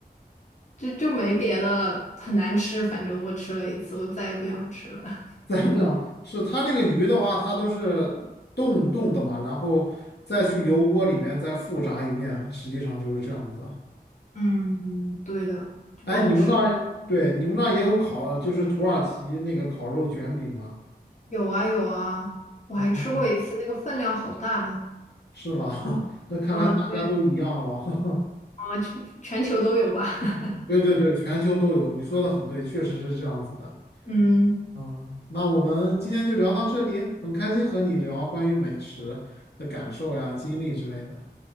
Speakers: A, on the left; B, on the left.
A: 就就没别的了，很难吃。反正我吃了一次，我再也不想吃了。<laughs>
B: 再不讲，是它那个鱼的话，它都是冻冻的嘛，然后再去油锅里面再复炸一遍，实际上就是这样子。
A: 嗯，对的，就不好吃。
B: 哎，你们那儿，对，你们那儿也有烤，就是土耳其那个烤肉卷饼吧？
A: 有啊有啊，我还吃过一次，
B: 哦。
A: 那个分量好大的。
B: 是吧？<laughs> 那看来大家都一样了。
A: 嗯，对，
B: <laughs>
A: 啊，全全球都有吧？<laughs>
B: 对对对，全球都有，你说的很对，确实是这样子的。
A: 嗯
B: 嗯，那我们今天就聊到这里，很开心和你聊关于美食的感受呀、经历之类的。